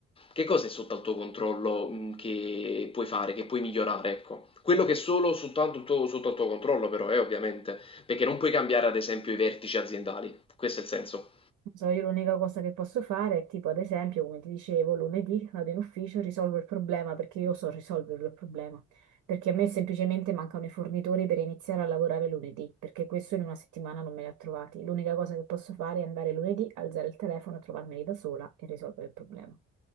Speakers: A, on the left; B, on the right.
A: Che cosa è sotto al tuo controllo, mhmm, che puoi fare, che puoi migliorare, ecco. Quello che è solo soltanto il tuo sotto al tuo controllo però eh, ovviamente, perché non puoi cambiare ad esempio i vertici aziendali, questo è il senso.
B: So, io l'unica cosa che posso fare è tipo, ad esempio, come ti dicevo, lunedì vado in ufficio, risolvo il problema perché io so risolverlo il problema. Perché a me semplicemente mancano i fornitori per iniziare a lavorare lunedì, perché questo in una settimana non me li ha trovati. L'unica cosa che posso fare è andare lunedì, alzare il telefono, trovarmeli da sola e risolvere il problema.